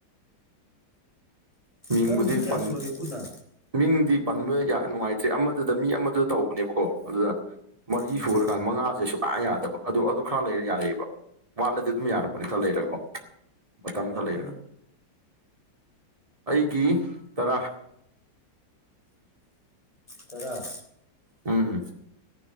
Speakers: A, on the right; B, on the left.
A: ꯃꯤꯡꯕꯨꯗꯤ
B: ꯅꯪ ꯍꯧꯖꯤꯛ ꯀꯌꯥ
A: ꯄ
B: ꯁꯨꯔꯒꯦ ꯄꯨꯟꯅ
A: ꯃꯤꯡꯗꯤ ꯄꯟꯕ ꯌꯥꯝ ꯅꯨꯡꯉꯥꯏꯇ꯭ꯔꯦ ꯑꯃꯗꯨꯗ ꯃꯤ ꯑꯃꯗꯨꯗ ꯇꯧꯕꯅꯦꯕꯀꯣ ꯑꯗꯨꯗ ꯃꯔꯤ
B: ꯎꯝ
A: ꯁꯨꯔꯀꯥꯟ ꯃꯉꯥꯁꯦ ꯁ ꯂꯥꯛ ꯌꯥꯗꯕ ꯑꯗꯨ ꯑꯗꯨ ꯈꯔ ꯂꯩꯔ ꯌꯥꯔꯛꯑꯕ ꯋꯥꯠꯂꯗꯤ ꯑꯗꯨꯝ ꯌꯥꯔꯛꯄꯅꯤ ꯈꯔ ꯂꯩꯔꯀꯣ ꯃꯇꯝ
B: ꯌꯥꯔꯛꯀꯅꯤ
A: ꯈꯔ ꯂꯩꯔꯒ ꯑꯩꯒꯤ ꯇꯔꯥ
B: ꯇꯔꯥ
A: ꯎꯝ